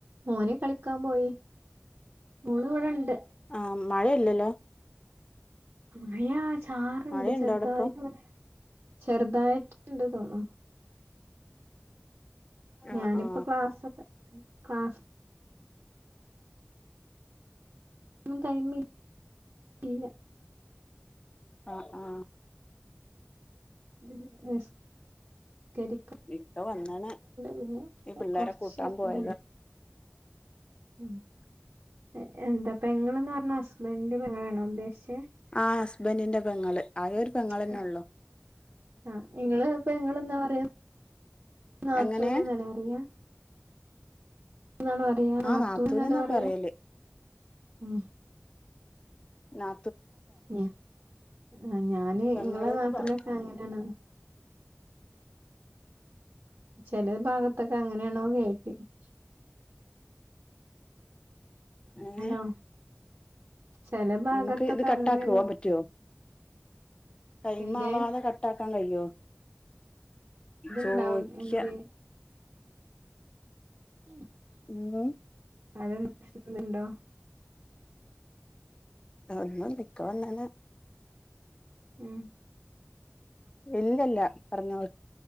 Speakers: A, on the right; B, on the left.
A: മോന് കളിക്കാൻ പോയി മോള് ഇവടെ ഇണ്ട്
B: ആ മഴയില്ലല്ലോ
A: മഴാ സ് ചാറുണ്ട്
B: മഴയുണ്ടോ
A: ചെറുതായിട്ടിവിടെ
B: അവിടെ ഇപ്പൊ
A: ചെറുതായിട്ട് ട്ടുണ്ട് തോന്നുണ്
B: ആ
A: ഞാനിപ്പോ
B: ആ
A: ക്ലാസ്സൊക്കെ ക്ലാസ്സ്‌ ഒന്നും ടൈമിൽ ഇല്ല
B: ആ ആ
A: <unintelligible> നിസ്കരിക്കാണ്ട്
B: ഇക്ക വന്നാണ്
A: പിന്നെ
B: ഈ പിള്ളേരെ
A: കൊറച്ച്
B: കൂട്ടാൻ പോയത
A: ഇതുണ്ട് ഉം എ എന്താ പെങ്ങള് ന്ന് പറഞ്ഞാ ഹസ്ബന്റിന്റെ പെങ്ങളെ ണോ ഉദ്ദേശിച്ച്
B: ആ ഹസ് ബന്റിന്റെ പെങ്ങള് ആകെ ഒരു പെങ്ങളന്നെ
A: ആ
B: ഉള്ളു
A: ആ ഇങ്ങള് പെങ്ങള്ന്നാപറയാ നാത്തൂന്
B: എങ്ങനെ
A: ന്നല്ലേ പറയാ ന്നാണ് പറയാ നാത്തൂൻ
B: ആ നാത്തൂനെന്നാ
A: ന്നല്ലേ പറയാ.
B: പറയല്
A: മ്
B: നാ
A: ഞ ആ ഞാന്
B: പെങ്ങള്ന്ന്
A: ഇങ്ങളെ നാട്ടിലൊക്കെ
B: പറയും
A: അങ്ങനെയാണ്. ചെല ഭാഗത്തൊക്കെ അങ്ങനെയാണോ <unintelligible>
B: ഏ
A: ഹലോ ചെല ഭാഗത്തൊക്കെ
B: നമ്മക്ക് ഇത് കട്ടാക്കോ
A: അങ്ങനെയാണോ
B: പറ്റുവോ? ടൈമ്
A: എന്തേ
B: ആവാതെ കട്ടാക് ട്ടാൻ കഴിയോ?
A: ഇത്ണ്ടാവും
B: ചോയ്ക്ക
A: എന്ത് <unintelligible>
B: എന്താ?
A: ആരേ <unintelligible> ഇണ്ടോ?
B: ഒന്നുംല്ല ഇക്ക വന്നണ്.
A: മ്
B: ഇല്ലല്ല പറഞ്ഞോ.